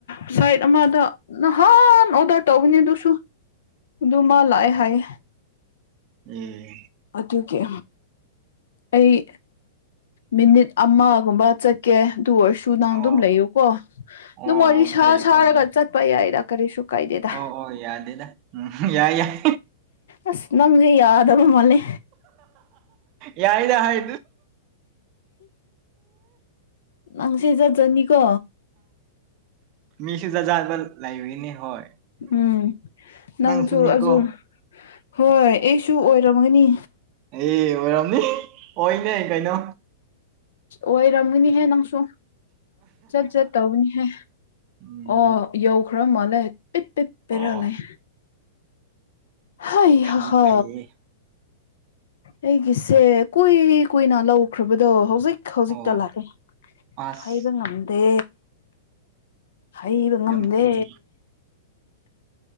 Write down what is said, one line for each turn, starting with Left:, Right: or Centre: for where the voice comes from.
Left: ꯁꯥꯏꯠ ꯑꯃꯗ ꯅꯍꯥꯟ ꯑꯣꯗꯔ ꯇꯧꯕꯅꯦ ꯑꯗꯨꯁꯨ ꯑꯗꯨ ꯃꯥ ꯂꯥꯛꯑꯑꯦ ꯍꯥꯏꯌꯦ
Right: ꯎꯝ
Left: ꯑꯗꯨꯒꯤ ꯑꯩ ꯃꯤꯅꯤꯠ ꯑꯃꯒꯨꯝꯕ ꯆꯠꯀꯦ ꯑꯗꯨꯑꯣꯏꯁꯨ ꯗꯨ ꯅꯪ
Right: ꯑꯣ
Left: ꯑꯗꯨꯝ ꯂꯩꯌꯨꯀꯣ
Right: ꯑꯣ
Left: ꯑꯗꯨꯝ ꯋꯥꯔꯤ
Right: ꯑꯣꯀꯦ
Left: ꯁꯥ ꯁꯥꯔꯒ
Right: ꯑꯣꯀꯦ
Left: ꯆꯠꯄ ꯌꯥꯏꯗ ꯀꯔꯤꯁꯨ ꯀꯥꯏꯗꯦꯗ
Right: ꯑꯣ ꯑꯣ ꯌꯥꯗꯦꯗ ꯎꯝ ꯌꯥꯏ ꯌꯥꯏ
Left: ꯑꯁ ꯅꯪꯁꯦ ꯌꯥꯗꯕ ꯃꯥꯜꯂꯦ
Right: ꯌꯥꯏꯗ ꯍꯥꯏ
Left: ꯅꯪꯁꯦ ꯆꯠꯖꯅꯤꯀꯣ
Right: ꯃꯤꯁꯨ ꯖꯥꯠ ꯖꯥꯠ ꯂꯩꯕꯒꯤꯅꯤ ꯍꯣꯏ
Left: ꯎꯝ ꯅꯪꯁꯨ
Right: ꯅꯪꯁꯨꯅꯤꯀꯣ
Left: ꯑꯗꯨꯖ ꯍꯣꯏ ꯑꯩꯁꯨ ꯑꯣꯏꯔꯝꯒꯅꯤ
Right: ꯑꯦ ꯑꯣꯏꯔꯝꯅꯤ ꯑꯣꯏꯅꯦ ꯀꯩꯅꯣ
Left: ꯑꯣꯏꯔꯝꯒꯅꯤꯍꯦ ꯅꯪꯁꯨ ꯆꯠ ꯆꯠ ꯇꯧꯕꯅꯤꯍꯦ
Right: ꯎꯝ
Left: ꯑꯣ ꯌꯧꯈ꯭ꯔ ꯃꯥꯂꯦ ꯄꯤꯠ ꯄꯦꯠ ꯄꯦꯔ
Right: ꯑꯣ
Left: ꯂꯩ ꯍꯩ
Right: ꯐꯤ
Left: ꯍ ꯍꯥ
Right: ꯐꯩꯌꯦ
Left: ꯑꯩꯒꯤꯁꯦ ꯀꯨꯏ ꯀꯨꯏꯅ ꯂꯧꯈ꯭ꯔꯕꯗꯣ ꯍꯧꯖꯤꯛ ꯍꯧꯖꯤꯛꯇ
Right: ꯑꯣ
Left: ꯂꯥꯛꯑꯦ
Right: ꯑꯁ
Left: ꯍꯥꯏꯕ ꯉꯝ ꯗꯦ ꯍꯩꯕ ꯉꯝꯗꯦ
Right: ꯌꯥꯝ ꯀꯨꯏ